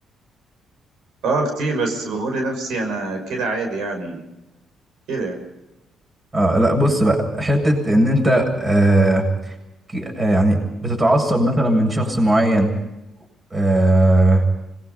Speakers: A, on the right; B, on the right.
A: اه كتير بس بقول لنفسي انا كده عادي يعني كده
B: اه لا بص بقى حته ان انت آه، ك- آه، يعني بتتعصب مثلا من شخص معين آه،